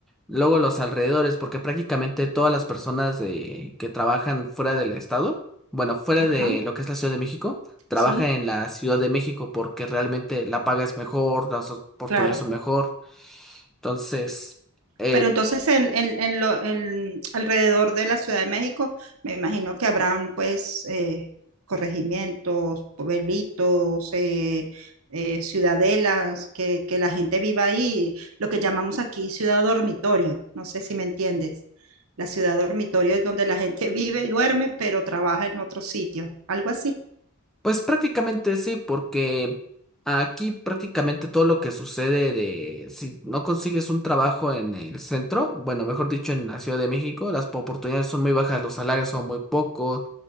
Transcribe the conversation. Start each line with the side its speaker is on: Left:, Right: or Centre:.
Centre: Luego los alrededores, porque prácticamente todas las personas de que trabajan fuera del estado, bueno, fuera
Right: Ajá,
Centre: de lo que es la Ciudad de México, trabajan
Right: sí,
Centre: en la Ciudad de México porque realmente la paga es mejor, las oportunidades
Right: claro.
Centre: son mejor. Entonces, eh,
Right: Pero entonces en, en, en lo, en alrededor de la Ciudad de México, me imagino que habrán pues eh, corregimientos, pueblitos, eh, eh, ciudadelas, que, que la gente viva ahí, lo que llamamos aquí ciudad dormitorio, no sé si me entiendes. La ciudad dormitorio es donde la gente <laughs> vive y duerme, pero trabaja en otro sitio, algo así.
Centre: pues prácticamente sí, porque aquí prácticamente todo lo que sucede de si no consigues un trabajo en el centro, bueno, mejor dicho, en la Ciudad de México, las oportunidades son muy bajas, los salarios son muy pocos